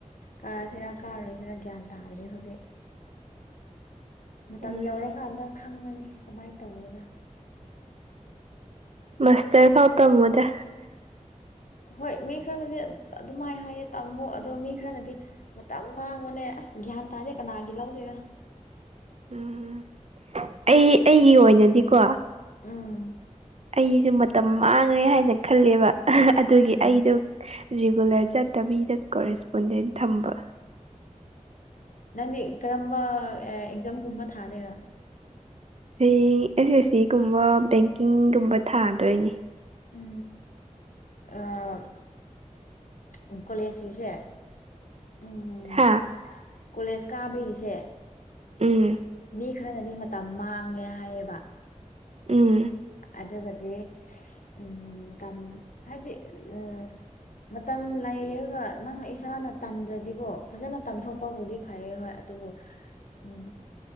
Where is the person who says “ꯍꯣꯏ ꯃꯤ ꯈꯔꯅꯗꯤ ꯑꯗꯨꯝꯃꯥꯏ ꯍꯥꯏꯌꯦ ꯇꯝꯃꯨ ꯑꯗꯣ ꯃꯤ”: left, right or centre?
Left